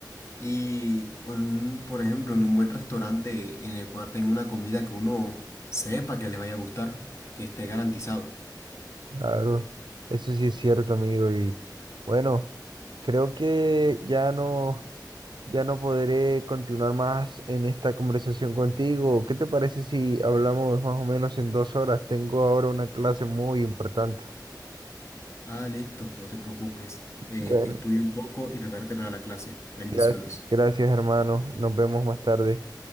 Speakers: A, on the left; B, on the right.
A: Y, en un- por ejemplo, en un buen restaurante en el cual tenga una comida que uno sepa que le vaya a gustar, que esté garantizado.
B: Claro, eso sí es cierto, amigo. Y bueno, creo que ya no, ya no podré continuar más en esta conversación contigo. ¿Qué te parece si hablamos más o menos en dos horas? Tengo ahora una clase muy importante.
A: Ah, listo, no te preocupes. Eh,
B: Bueno,
A: estudia un poco y prepárate para la clase. Bendiciones.
B: Gracias, gracias, hermano. Nos vemos más tarde.